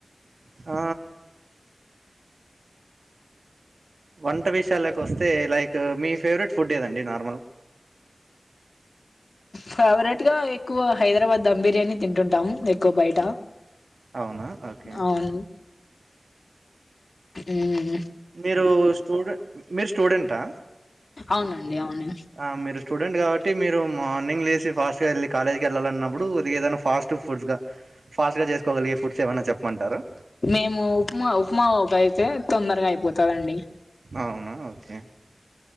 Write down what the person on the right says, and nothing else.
ఆ వంట విషయాలకు వొస్తే లైక్ మీ ఫేవరెట్ ఫుడ్ ఏదండి నాక్
అవునా ఓకే
మీరు స్టూడె మీరు స్టూడెంటా
ఆ మీరు స్టూడెంట్ కాబట్టి మీరు మార్నింగ్ లేసి ఫాస్ట్గా వెళ్ళి కాలేజీకి వెళ్ళాలన్నప్పుడు ఉదిగేదైనా ఫాస్ట్ ఫుడ్స్గా ఫాస్ట్ గా చేసుకోగలిగే ఫుడ్స్ ఏమైన చెప్పమంటారా
అవునా ఓకే